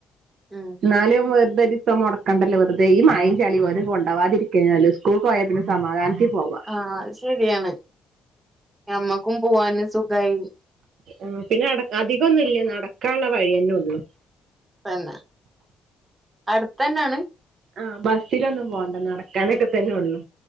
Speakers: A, on the right; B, on the right.
A: ഉം
B: ന്നാലും വെർതൊരിസം മൊടക്കണ്ടല്ലോ വെറ്തെ ഈ മഴിം ചളീം ഒര് കൊണ്ടാവാതിര്ക്കെന്നെ നല്ലെഹ് സ് സ്കൂക്കോയാ പിന്നെ സമാധാൻത്തി പോവാ
A: ആഹ് അഹ് ശരിയാണ് ഞമ്മക്കും പൂവാന് സുഖായി
B: ഉം പിന്നെ അടെ അധികൊന്നുല്ല്യ നടക്കാൻള്ള വഴിയെന്നെ ഒള്ളൂ
A: തന്നാ അടുത്തന്നാണ്
B: ആഹ് ബസ്സിലൊന്നും പോണ്ട നടക്കാനെക്കെത്തനൊള്ളു